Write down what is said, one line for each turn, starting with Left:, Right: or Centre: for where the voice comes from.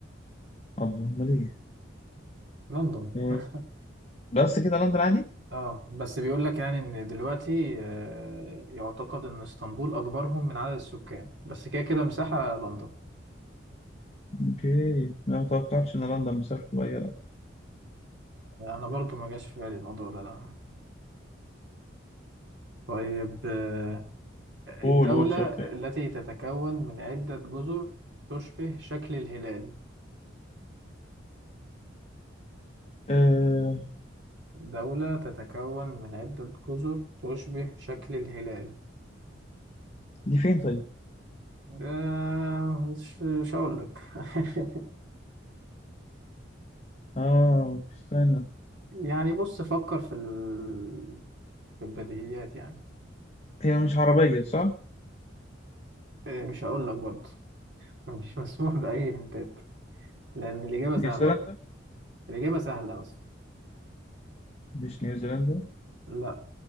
Left: اللهم ليه
Right: لندن
Left: أه...
Right: <laughs>
Left: بس كده لندن عادي؟
Right: اه بس بيقول لك يعني ان دلوقتي آه، يعتقد ان اسطنبول اكبرهم من عدد السكان بس كده كده مساحة لندن
Left: أوكي أنا متوقعتش إن لندن مساحة صغيرة لا.
Right: انا برضو ما جاش في بالي الموضوع ده لا طيب آه، الدولة
Left: قول قول سؤال تاني
Right: التي تتكون من عدة جزر تشبه شكل الهلال
Left: أه...
Right: دولة تتكون من عدة جزر تشبه شكل الهلال
Left: دي فين طيب؟
Right: آه مش مش هقول لك <laughs>
Left: آه استنى
Right: يعني بص فكر في ال... في البديهيات يعني
Left: هي مش عربية صح؟
Right: إيه، مش هقول لك برضه <laughs> مش مسموح بأي هنتات لأن الإجابة سهلة
Left: نيوزيلندا؟
Right: أوي. الإجابة سهلة أصلا
Left: مش نيوزيلندا
Right: لا